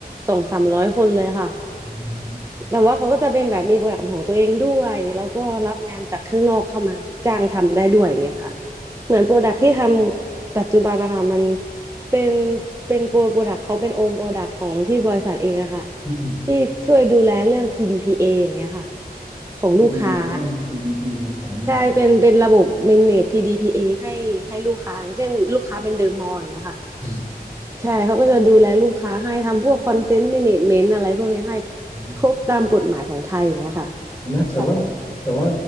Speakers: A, on the right; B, on the left.
A: สองสามร้อยคนเลยค่ะ
B: อืมครับ
A: แต่ว่าเขาก็จะเป็นแบบมีโปรดักต์ของตัวเองด้วยแล้วก็รับงานจากข้างนอกเข้ามาจ้างทำได้ด้วยอย่างเงี้ยค่ะเหมือนโปรดักต์ที่ทำปัจจุบันนะคะมันเป็นเป็นโปรโปรดักต์เขาเป็นโอมโปรดักต์ของที่บริษัทเองนะคะ
B: อืม
A: ที่ช่วยดูแลเรื่อง PDPA ออย่างเงี้ยค่ะของลูกค้า
B: ดูแลเรื่อง g d p อของลูกค้า
A: ใช่เป็นเป็นระบบ manage PDPA ให้ให้ลูกค้าอย่างเช่นลูกค้าเป็นเดอะมอลล์อย่างเงี้ยค่ะ
B: อ
A: ใช่ เขาก็จะดูแลลูกค้าให้ทำพวกคอนเทนต์ a เมนต์อะไรพวกนี้ให้
B: ืม
A: ครบตามกฎหมายของไทยอย่างเงี้ยค่ะ
B: เห็นนะแต่ว่าแต่ว่า
A: ใช่